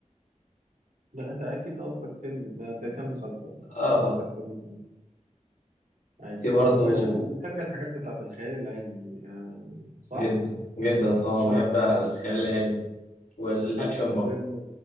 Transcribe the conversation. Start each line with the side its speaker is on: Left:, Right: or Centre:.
Right: لا انت اكيد قصدك فيلم ده, ده كان مسلسل
Left: اه
Right: انت قصدك
Left: اه
Right: فيلم تاني. ايوه
Left: في برضو
Right: طب انا شكلك بتحب الحاجات بتاعت الخيال العلمي آه صح
Left: جدا جدا اه
Right: شوف
Left: بحب الخيال العلمي والاكشن
Right: شفت الفيلم
Left: برضو